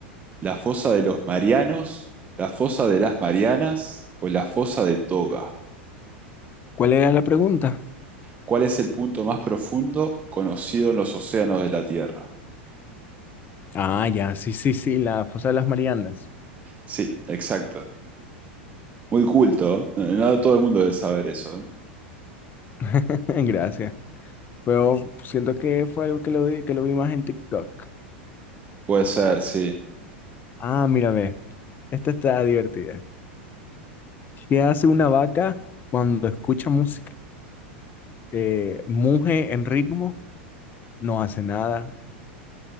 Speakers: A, on the right (about 25°); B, on the left (about 30°).
A: la fosa de los Marianos, la fosa de las Marianas o la fosa de Toga?
B: ¿Cuál era la pregunta?
A: ¿Cuál es el punto más profundo conocido en los océanos de la Tierra?
B: Ah, ya, sí, sí, sí, la fosa de las Marianas.
A: Sí, exacto. Muy culto, ¿eh? No no todo el mundo debe saber eso. ¿eh?
B: <laughs> Gracias. Pero siento que fue algo que lo, vi- que lo vi más en TikTok.
A: Puede ser, sí.
B: Ah, mira, ve. Esta está divertida. ¿Qué hace una vaca cuando escucha música? Eh, ¿muge en ritmo? No hace nada.